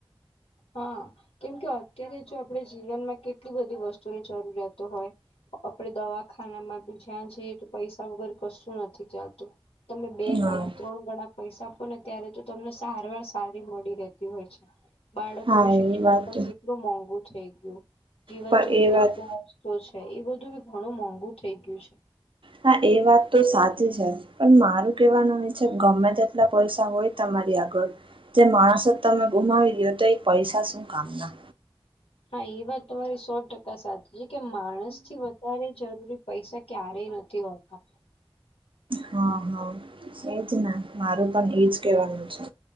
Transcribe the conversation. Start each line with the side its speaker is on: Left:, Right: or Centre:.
Left: હા કેમ કે અત્યારે જો આપણે જીવનમાં કેટલી બધી વસ્તુની જરૂરિયાતો હોય આપડે દવાખાનામાં બી જ્યાં જઈએ તો પૈસા વગર કશું નથી ચાલતું તમે બે ગણા
Right: હા
Left: ત્રણ ગણા પૈસા આપો ને ત્યારે તો તમને સારવાર સારી મળી રહેતી હોય છે બાળકો
Right: હા
Left: ન
Right: એ
Left: શિક્ષણ
Right: વાત
Left: પણ કેટલું મોંઘું થઈ ગયું જીવન
Right: પણ
Left: જરૂરિયાતો
Right: એ વાત
Left: છે એ બધું બી ઘણું મોંઘું થઈ ગયું છે
Right: હા એ વાત તો સાચી છે પણ મારું કેવાનું છે ગમે તેટલા પૈસા હોય તમારી આગળ જે માણસો જ તમે ગુમાવી દો તો એ પૈસા શું કામ ના
Left: હા એ વાત તમારી સો ટકા સાચી છે કે માણસ થી વધારે જરૂરી પૈસા ક્યારેય નથી હોતા
Right: હા હા એજ ને મારું પણ એજ કેવાનું છે